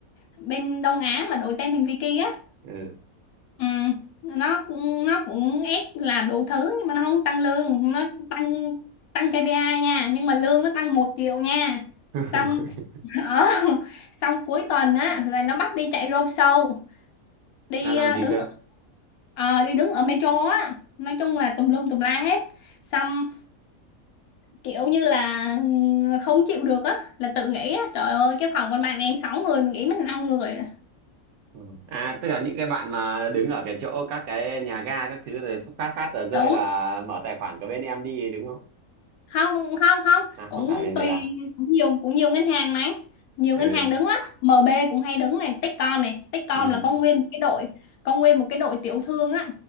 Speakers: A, on the left; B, on the right.
A: bên Đông Á mà đổi tên thành Vicky á
B: Ừ.
A: ừ. nó nó cũng ép làm đủ thứ nhưng mà nó không tăng lương nó tăng tăng KPI nha nhưng mà lương nó tăng một triệu nha
B: <laughs>
A: xong <laughs> ở xong cuối tuần á là nó bắt đi chạy road show đi
B: Là làm
A: ờ,
B: gì
A: đứng
B: cơ?
A: ở ờ, đi đứng ở metro á nói chung là tùm lum tùm la hết xong kiểu như là ừ, không chịu được á là tự nghĩ á trời ơi cái phòng con bạn em 6 người mình nghĩ mình 5 người rồi.
B: Ừ. À tức là những cái bạn mà đứng ở cái chỗ các cái nhà ga các thứ rồi phát phát tờ rơi
A: đúng
B: là mở tài khoản của bên em đi đúng không?
A: không không không
B: À không
A: cũng
B: phải bên đấy
A: tùy
B: à?
A: cũng nhiều cũng nhiều ngân hàng mà nhiều
B: Ừ.
A: ngân hàng đứng lắm MB cũng hay đứng này Techcom này Techcom
B: Ừ.
A: là có nguyên một cái đội có nguyên một cái đội tiểu thương á